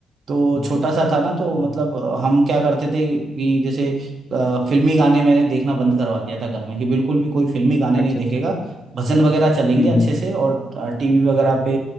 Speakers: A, on the right (about 50°); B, on the left (about 35°).
A: तो
B: हम्म,
A: छोटा सा था ना तो मतलब अ, हम क्या करते थे कि जैसे अ, फिल्मी गाने मैंने देखना बंद करवा दिया था घर में कि बिल्कुल भी कोई फिल्मी गाने नहीं
B: अच्छा
A: देखेगा
B: अच्छा
A: भजन वगैरह चलेंगे
B: हम्म
A: अच्छे
B: हम्म
A: से और टीवी वगैरह पे